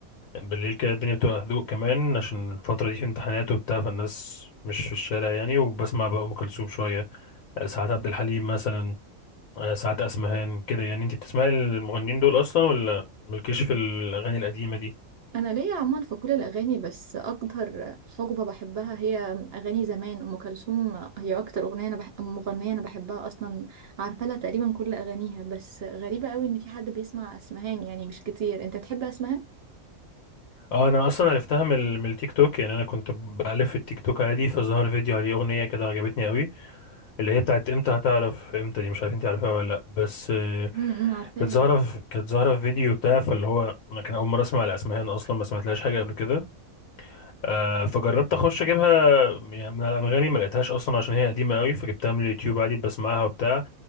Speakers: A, on the left; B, on the right.
A: بالليل كده الدنيا بتبقى هدوء كمان عشان الفترة دي في امتحانات وبتاع فالناس مش في الشارع يعني وبسمع بقى ام كلثوم شوية آه، ساعات عبد الحليم مثلا آه، ساعات اسمهان كده يعني انتي بتسمعي المغنيين دول اصلا ولا مالكيش في الاغاني القديمة دي؟
B: انا ليا عموما في كل الاغاني بس اكتر حقبه بحبها هي اغاني زمان ام كلثوم هي اكتر اغنيه انا بح... مغنيه انا بحبها اصلا عارفه لها تقريبا كل اغانيها بس غريبه قوي ان في حد بيسمع اسمهان يعني مش كتير انت بتحب اسمهان
A: اه انا اصلا عرفتها من ال- من التيك توك يعني انا كنت بألف في التيك توك عادي فظهر فيديو عليه اغنيه كده عجبتني قوي اللي هي بتاعت امتى هتعرف امتى دي مش عارف انت عارفها ولا لا بس آه،
B: امم عارفاها
A: كانت ظاهره في- كانت ظاهره في فيديو بتاع فاللي هو انا كان اول مره اسمع الاسمهان اصلا ما سمعتلهاش حاجه قبل كده آه، فجربت اخش اجيبها يعني من على انغامي ما لقيتهاش اصلا عشان هي قديمه قوي فجبتها من اليوتيوب عادي بسمعها وبتاع